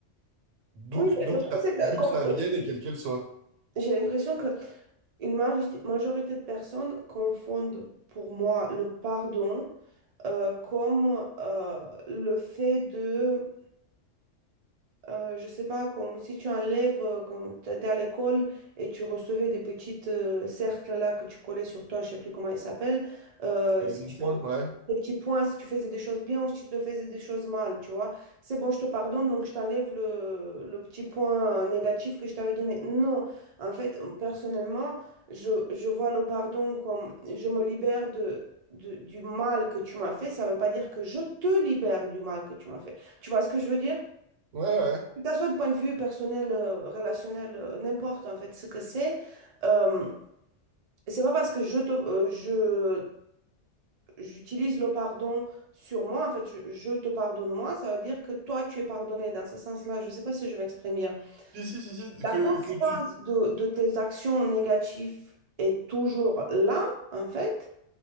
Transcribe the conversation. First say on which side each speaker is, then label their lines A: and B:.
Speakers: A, on the right; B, on the right.
A: D'où
B: Oui,
A: que, d'où
B: mais le
A: que
B: truc
A: ça,
B: c'est que
A: d'où
B: comme-
A: que ça vienne et quel qu'elle soit.
B: j'ai l'impression que une majorité majorité de personnes confondent pour moi le pardon euh, comme euh, le fait de euh, je sais pas, comme si tu enlèves, euh, quand tu étais à l'école et tu recevais des petites euh, cercles là que tu collais sur toi, je sais plus comment ils s'appellent, euh,
A: Les
B: si
A: bons
B: tu
A: points, ouais.
B: des petits points si tu faisais des choses bien ou si tu te faisais des choses mal, tu vois. C'est bon, je te pardonne, donc je t'enlève le, le petit point euh, négatif que je t'avais donné. Non, en fait, personnellement, je, je vois le pardon comme je me libère de, de- du mal que tu m'as fait. Ça ne veut pas dire que je te libère du mal que tu m'as fait. Tu vois ce que je veux dire?
A: Ouais, ouais.
B: Que ça soit de point de vue personnel, euh, relationnel, euh, n'importe en fait ce que c'est. euh, c'est pas parce que je, te- euh, je, euh, j'utilise le pardon sur moi, en fait, je, je te pardonne moi, ça veut dire que toi, tu es pardonné dans ce sens-là. Je sais pas si je m'exprime bien.
A: Si, si, si, si,
B: La
A: que,
B: conséquence
A: que tu,
B: de, de tes actions négatives est toujours là, en fait,